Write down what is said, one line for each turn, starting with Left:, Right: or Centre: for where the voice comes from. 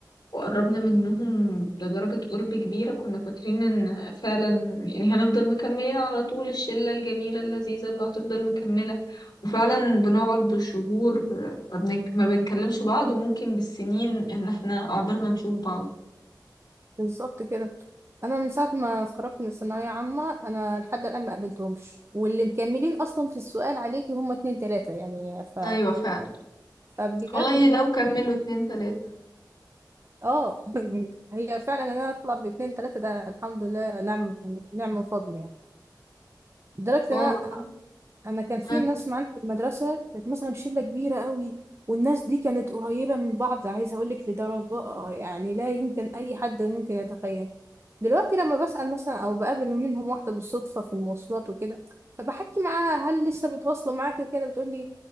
Left: وقربنا منهم لدرجة قرب كبيرة كنا فاكرين ان فعلا يعني هنفضل مكملين على طول الشلة الجميلة اللذيذة اللي هتفضل مكملة وفعلا بنقعد بالشهور ما, بنك... ما بنكلمش بعض وممكن بالسنين ان احنا عقبال ما نشوف بعض
Right: بالظبط كده انا من ساعه ما اتخرجت من الثانويه عامه انا لحد الان ما قابلتهمش واللي مكملين اصلا في السؤال عليكي هم اتنين تلاته يعني ف
Left: ايوه فعلا
Right: فبجد
Left: والله
Right: اللي
Left: لو
Right: هو
Left: كملوا اتنين تلاتة
Right: اه <laughs> هي فعلا ان انا اطلع باتنين تلاته ده الحمد لله نعم نعم من فضل يعني لدرجه
Left: اه والله
Right: انا كان في
Left: آه،
Right: ناس معانا في المدرسه كانت مثلا شله كبيره قوي والناس دي كانت قريبه من بعض عايزه اقول لك لدرجه آه، يعني لا يمكن اي حد ممكن يتخيل دلوقتي لما بسال مثلا او بقابل منهم واحده بالصدفه في المواصلات وكده فبحكي معاها هل لسه بيتواصلوا معاك وكده بتقول لي